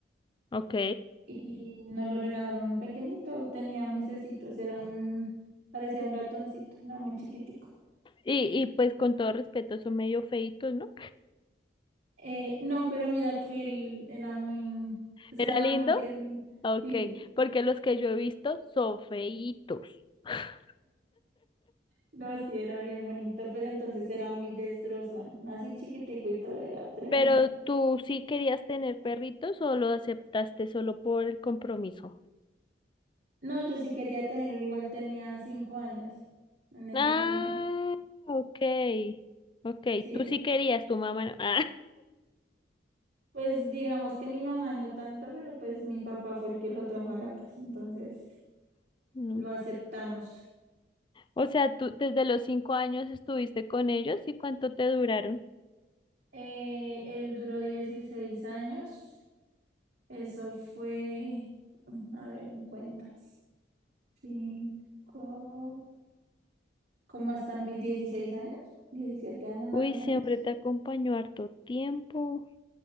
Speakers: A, on the left; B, on the right.
A: ok.
B: Y nos lo regalaron un pequeñito, tenía mesecitos, era un, parecía un ratoncito, era muy chiquitico.
A: Y, y pues con todo respeto, son medio feitos, ¿no?
B: Eh, no, pero mira que él era muy, o sea,
A: ¿Era
B: era
A: lindo?
B: muy tierno.
A: Ok,
B: Sí,
A: porque los que yo he visto son feitos. <laughs>
B: no, sí, era bien bonito, pero entonces era muy destrozón. Así chiquitico y todo, era tremendo.
A: Pero tú sí querías tener perritos o lo aceptaste solo por el compromiso?
B: No, yo sí quería tener uno, igual tenía cinco años en ese
A: Ah,
B: momento.
A: ok, ok,
B: Sí,
A: tú
B: él-
A: sí querías, tu mamá no. Ah,
B: pues digamos que mi mamá no tanto, pero pues mi papá fue el que lo trajo a la casa, entonces
A: <laughs> mm.
B: lo aceptamos.
A: O sea, tú desde los cinco años estuviste con ellos y cuánto te duraron.
B: Eh, él duró 16 años, eso fue, a ver, en cuentas. Cinco, como hasta mis 16 años? diecisiete años más
A: Uy,
B: o
A: siempre
B: menos.
A: te acompañó harto tiempo.